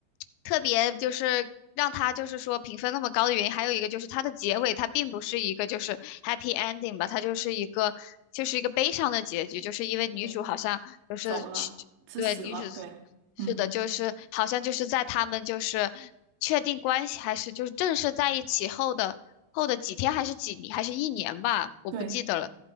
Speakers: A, on the left; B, on the right.
A: 特别就是让它就是说评分那么高的原因，还有一个就是它的结尾它并不是一个就是 happy ending 吧，它就是一个就是一个悲伤的结局，就是因为女主好像就是去对女主
B: 对，走了，是死了，对，
A: 是的，
B: 嗯，
A: 就是好像就是在他们就是确定关系还是就是正式在一起后的。后的几天还是几还是一年吧，我不记得了。
B: 对。